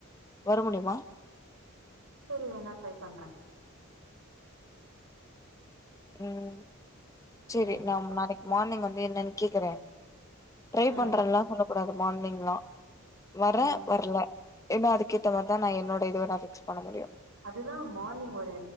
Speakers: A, on the left; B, on the right.
A: வர முடியுமா
B: சேரி வேணா ட்ரை பண்றே
A: ம் செரி
B: ம்
A: நாம் நாளைக்கி மார்னிங் வந்து என்னன் கேக்கறே ட்ரை
B: ம்
A: பண்றல்லா சொல்ல கூடாது மார்னிங்லா வரே
B: ம்
A: வர்ல ஏன்னா அதுக்கேத்த மாரிதா நா என்னோட இதுவ நா பிக்ஸ் பண்ண முடியு
B: அதுதா மார்னிங் ஒரு